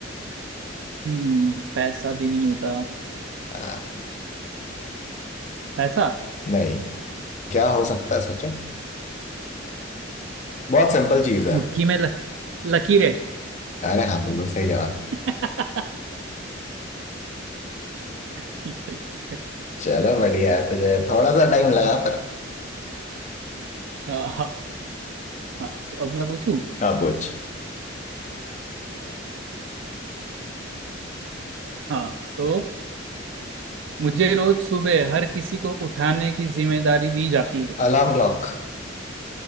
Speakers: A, on the right; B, on the left.
A: हम्म पैसा भी नहीं होता
B: हाँ,
A: पैसा
B: नहीं क्या हो सकता है सोचो बहुत सिंपल चीज है
A: मुट्ठी में ल, लकीर है
B: अरे हाँ बिल्कुल सही जवाब
A: <laughs> ठीक है ठीक है।
B: चलो बढ़िया है तुझे थोड़ा सा टाइम लगा पर
A: हाँ हाँ हाँ, तो अब मैं पूछूं
B: हाँ पूछ
A: हाँ तो मुझे रोज सुबह हर किसी को उठाने की जिम्मेदारी दी जाती है
B: Alarm clock